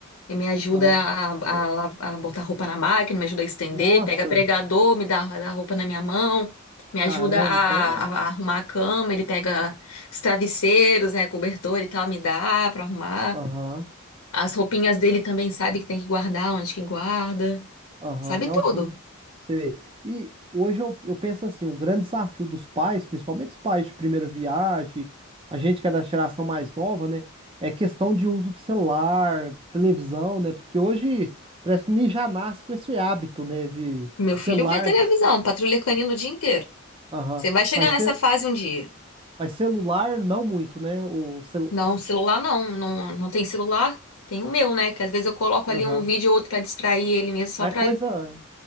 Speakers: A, on the left; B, on the right.
A: é, me ajuda
B: Aham.
A: a, a
B: Eu-
A: la- a botar roupa na máquina, me ajuda a estender,
B: Nossa,
A: pega pregador, me dá, dá roupa na minha mão, me
B: caramba,
A: ajuda a,
B: então é.
A: a- a arrumar a cama, ele pega os travesseiros, né, cobertor e tal, me dá pra arrumar.
B: Aham.
A: As roupinhas dele também sabe que tem que guardar, onde que guarda,
B: Aham.
A: sabe
B: Não,
A: tudo.
B: show de. Sei. E hoje eu, eu penso assim, o grande desafio dos pais, principalmente os pais de primeira viagem, a gente que é da geração mais nova, né? É questão de uso do celular, televisão, né? Porque hoje parece que o menino já nasce com esse hábito, né? De
A: Meu
B: celular.
A: filho vê televisão, patrulha canina o dia inteiro.
B: Aham.
A: Você vai chegar
B: Mas,
A: nessa
B: cel-
A: fase um dia.
B: mas celular, não muito, né? O cel...
A: Não, celular não, não, não tem celular. Tem o meu, né? Que às vezes eu coloco
B: Aham.
A: ali um vídeo ou outro pra distrair ele mesmo, só
B: Mas
A: pra
B: é coisa
A: ele.